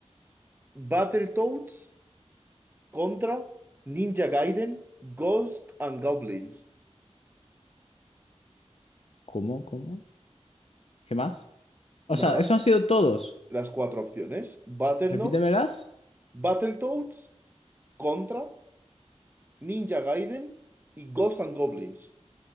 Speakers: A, on the right; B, on the left.
A: Battletoads contra Ninja Gaiden, Ghost and Goblins.
B: ¿Cómo? ¿Cómo? ¿Qué más? O
A: Nada,
B: sea, eso han sido todos.
A: las cuatro opciones. Battletoads,
B: Repítemelas.
A: Battletoads. Contra, Ninja Gaiden y Ghosts and Goblins.